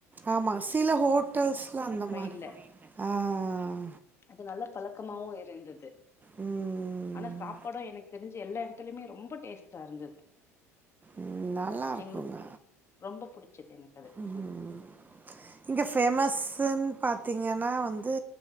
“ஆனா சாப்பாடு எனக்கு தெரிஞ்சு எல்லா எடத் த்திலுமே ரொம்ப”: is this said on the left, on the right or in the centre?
Left